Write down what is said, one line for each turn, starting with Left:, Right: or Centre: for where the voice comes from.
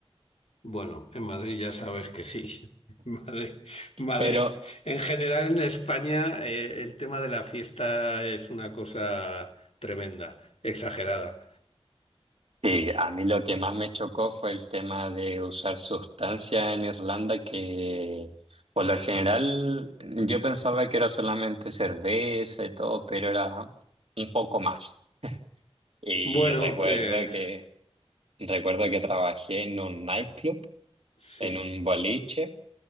Left: Bueno, en Madrid ya sabes que sí. <laughs> Madrid, Madrid.
Right: Pero
Left: En general, en España, eh, el tema de la fiesta es una cosa tremenda, exagerada.
Right: sí, a mí lo que más me chocó fue el tema de usar sustancias en Irlanda que... Por lo general, yo pensaba que era solamente cerveza y todo, pero era un poco más. Y
Left: Bueno,
Right: recuerdo
Left: eh,
Right: que, recuerdo que trabajé en un nightclub,
Left: sí.
Right: en un boliche,